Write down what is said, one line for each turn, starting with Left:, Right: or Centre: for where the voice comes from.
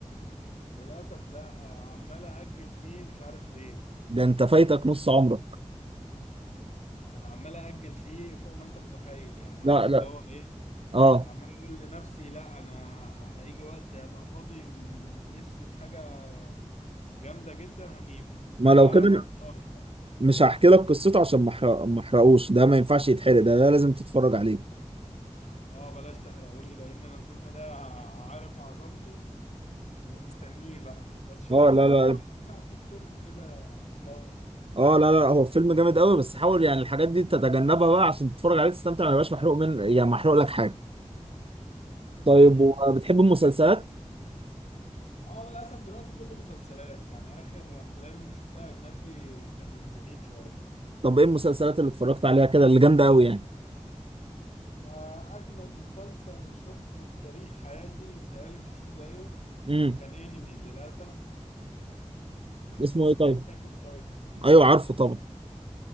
Left: للاسف لا آه، عمال اجل فيه مش عارف ليه
Right: ده انت فايتك نص عمرك
Left: انا عمال اجل فيه فوق ما انت متخيل يعني عارف
Right: لا لا
Left: اللي هو ايه
Right: اه
Left: عمال اقول لنفسي لا انا ه- هيجي وقت هبقى فاضي م- نفسي في حاجه جامده جدا هجيبه
Right: ما
Left: وما
Right: لو كده
Left: بفضلش
Right: أنا
Left: بقى
Right: مش هحكي لك قصته عشان ما احرق- ما احرقوش ده ما ينفعش يتحرق ده, ده لازم تتفرج عليه
Left: اه بلاش تحرقهولي لان انا الفيلم ده ع- عارف عظمته ومستنيه بقى بس شفت
Right: اه
Left: منه
Right: لا لا
Left: بقى حاجات على التيك توك كده مقاطع
Right: اه لا لا هو فيلم جامد قوي بس حاول يعني الحاجات دي تتجنبها بقى عشان تتفرج عليه تستمتع ما يبقاش محروق من يعني محروق لك حاجه طيب
Left: امم
Right: وبتحب المسلسلات
Left: اه للاسف دلوقتي كله مسلسلات يعني اخر افلام شفتها اجنبي كان من بعيد شويه
Right: طب ايه المسلسلات اللي اتفرجت عليها كده اللي جامده قوي يعني
Left: انا اجمد مسلسل شفته في تاريخ حياتي متهيألي مش هشوف زيه
Right: امم
Left: كان انمي للاسف آه،
Right: اسمه
Left: اسمه
Right: ايه طيب
Left: اتاك اون تايتن
Right: ايوه عارفه طبعا